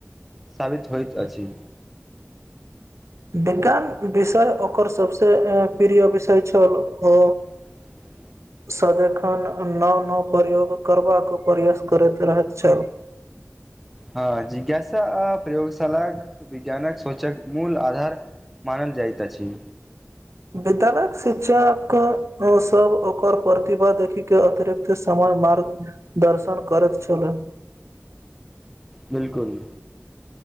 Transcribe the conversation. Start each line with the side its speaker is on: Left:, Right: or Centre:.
Centre: साबित होइत अछि
Right: विज्ञान विषय ओकर सबस प्रिय विषय छल ओ
Centre: ह <unintelligible>
Right: सदिखन नव नव प्रयोग करबाक प्रयास करैत रहैत छल
Centre: हँ जिज्ञासा आ प्रयोगशालाक विज्ञानक सोचक मूल आधार मानल जाइतअछि
Right: विद्यालय शिक्षक सब ओकर प्रतिभा देखि के अतिरिक्त समय मार्ग दर्शन करैत छले
Centre: बिलकुल